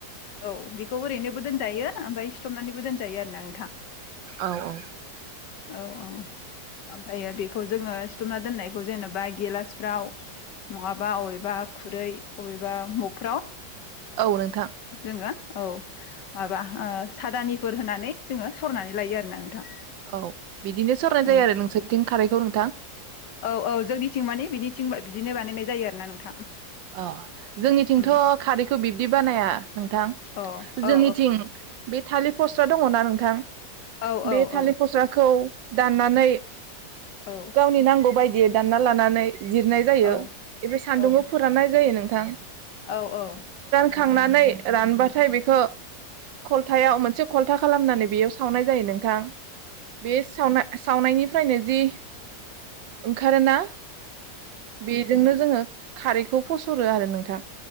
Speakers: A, on the left; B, on the right.
A: औ बेखौ ओरैनोबो दोन जायो ओमफाय सिथबनानैबो दोनजायो आरोना नोंथां।
B: औ औ।
A: औ औ ओमफायो बेखौजोङो सिथबना दोननायखौजोङो जेनेबा गेलासफ्राव नङाबा अबेबा खुरै अबेबा मगफ्राव।
B: औ नोंथां।
A: जोङो औ माबा ओह सादानिफोर होनानै जोङो। सरनानै लायो आरोना नोंथां।
B: औ बिदिनो सरनाय
A: उम
B: जायोआरो नोंसोरथिं खारैखौ नोंथां।
A: औ औ जोंनिथिं माने बिनिथिं बिदिनो बानायनाय जायो आरोना नोंथां।
B: अह जोंनिथिंथ
A: उम
B: खारैखौ बिबदि बानाया। नोंथां
A: अ
B: जोंनिथिं
A: औ
B: बे थालिफ फसथ दङना नोंथां।
A: औ औ
B: बे थालिर
A: औ
B: फस्लाखौ दाननानै
A: औ
B: गावनि नांगौ बायदियै दानना लानानै जिरनायजायो
A: औ
B: ओय बे सान्दुंङाव
A: औ
B: नायजायो नोंथां।
A: औ औ।
B: खांनानै रानबाथाय बेखो खलथायाव मोनसे खलथा खालामनानै बेयाव सावनायजायो नोंथां। बे सावना सावनायनि फ्रायनोजि ओंखारोना बेजोंनो जोङो खारैखौ फसरोआरो नोंथां।